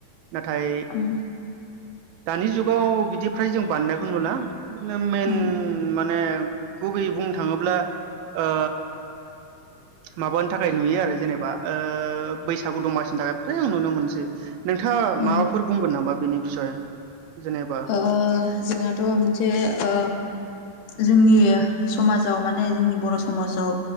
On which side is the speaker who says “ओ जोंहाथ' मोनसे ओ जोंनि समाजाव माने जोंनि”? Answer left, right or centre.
Left